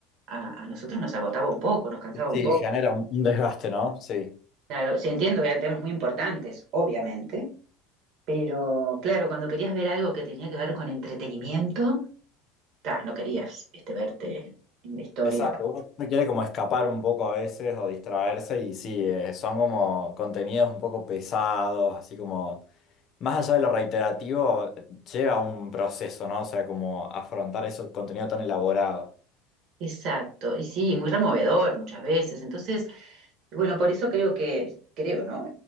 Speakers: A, on the right; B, on the left.
A: a, a nosotros nos agotaba un poco, nos cansaba un
B: Sí,
A: poco.
B: genera un un desgaste, ¿no? Sí.
A: Claro, sí, entiendo que eran temas muy importantes, obviamente, pero claro, cuando querías ver algo que tenía que ver con entretenimiento, ta, no querías este, verte en la historia.
B: Exacto, uno uno quiere como escapar un poco a veces o distraerse y sí, eh, son como contenidos un poco pesados, así como, más allá de lo reiterativo, eh, lleva un proceso, ¿no? O sea, como afrontar ese contenido tan elaborado.
A: Exacto, y sí, muy removedor muchas veces. Entonces, bueno, por eso creo que, creo, ¿no?